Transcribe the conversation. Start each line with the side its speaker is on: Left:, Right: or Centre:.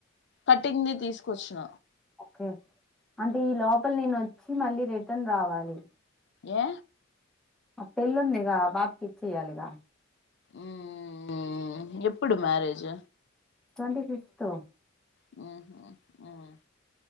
Left: కటింగ్ది తీసుకొచ్చిన
Centre: క్క అంటే ఈ లోపల్ నేన్ వ మళ్ళీ రిటర్న్ రావాలి
Left: ఏ
Centre: ఆ పెళ్ళుందిగా ఆ బాబ్కి ఇచెయ్యాలిగా
Left: మ్ మ్ మ్ మ్మ్ ఎప్పుడు మ్యారేజ్
Centre: ట్వంటీ ఫిఫ్త్
Left: హు హ్మ్ మ్మ్